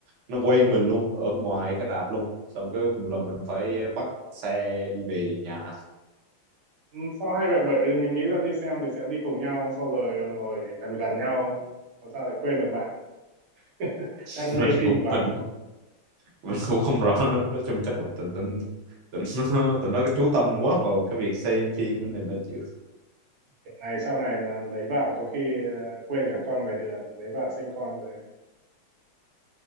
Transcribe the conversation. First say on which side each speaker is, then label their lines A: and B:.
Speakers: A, on the right; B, on the right.
A: nó quên mình luôn ở ngoài cái rạp luôn xong cái cùng là mình phải bắt xe đi về nhà
B: Ừ, Sao hay vậy bởi vì mình nghĩ là đi xem thì sẽ đi cùng nhau sau rồi ngồi gần gần nhau Mà sao lại quên được bạn <laughs>
A: <laughs>
B: chắc mê
A: mình
B: phim
A: cũng
B: quá
A: mình cũng mình cũng không rõ nữa nói chung chắc là tụi tụi tụi nó <laughs> tụi nó chú tâm quá vào cái việc xem phim này mà chịu
B: Kiểu này sau này mà lấy vợ có khi ờ, quên cả con ngoài đường lấy vợ sinh con rồi